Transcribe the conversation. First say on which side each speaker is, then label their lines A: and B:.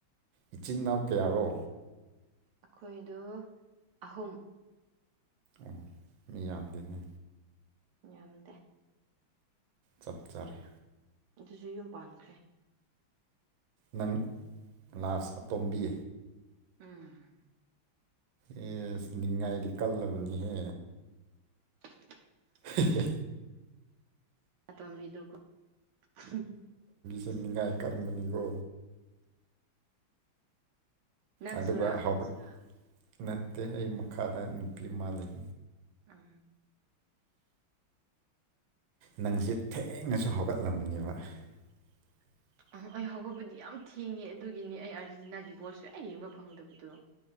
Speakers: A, on the right; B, on the right.
A: ꯏꯆꯤꯟ ꯏꯅꯥꯎ ꯀꯌꯥꯔꯣ
B: ꯑꯩꯈꯣꯏꯗꯣ ꯑꯍꯨꯝ
A: ꯑꯣ ꯃꯤ ꯌꯥꯝꯗꯦꯅꯦ
B: ꯌꯥꯝꯗꯦ
A: ꯆꯞ ꯆꯥꯔꯦ
B: ꯑꯗꯨꯁꯨ ꯌꯨꯝ ꯄꯥꯟꯈ꯭ꯔꯦ
A: ꯅꯪ ꯂꯥꯁ ꯑꯇꯣꯝꯕꯤ
B: ꯎꯝ
A: ꯑꯦꯁ ꯅꯤꯡꯉꯥꯏꯗꯤ ꯀꯜꯂꯕꯅꯤꯍꯦ
B: <inaudible>
A: ꯍꯦ ꯍꯦ
B: ꯑꯇꯣꯝꯕꯤꯗꯣ ꯀ ꯍꯝꯝ
A: ꯁꯤ ꯅꯤꯉꯥꯏ ꯀꯟꯕꯅꯤꯀꯣ
B: ꯅꯪꯁꯨꯔꯥ
A: ꯑꯗꯨꯒ ꯍꯧꯒꯠ ꯅꯠꯇꯦ ꯑꯩ ꯃꯈꯥꯗ ꯅꯨꯄꯤ ꯑꯃ ꯂꯩ
B: ꯑꯥ
A: ꯅꯪꯁꯦ ꯊꯦꯡꯅꯁꯨ ꯍꯧꯒꯠꯂꯝꯃꯅꯤꯕ <inaudible>
B: ꯑ ꯑꯩ ꯍꯧꯒꯠꯕꯗꯤ ꯌꯥꯝ ꯊꯦꯡꯉꯦ ꯑꯗꯨꯒꯤꯅꯤ ꯑꯩ ꯑꯥꯔꯖꯦꯟꯇꯤꯅꯥꯒꯤ ꯕꯣꯜ ꯁꯨꯛꯌꯦꯡ ꯌꯦꯡꯕ ꯐꯪꯗꯕꯗꯣ